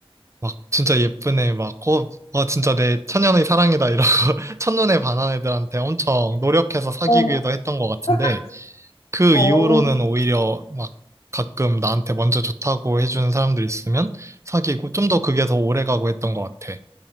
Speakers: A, on the right; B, on the left.
A: 막, 진짜 예쁜 애 막, 어, 와, 진짜 내 천년의 사랑이다, 이러고, <laughs> 첫눈에 반한 애들한테 엄청 노력해서 사귀기도
B: 어.
A: 했던 것 같은데,
B: <laughs>
A: 그
B: 어,
A: 이후로는
B: 어,
A: 오히려 막 가끔 나한테 먼저 좋다고 해주는 사람들 있으면 사귀고 좀 더 그게 더 오래 가고 했던 것 같아.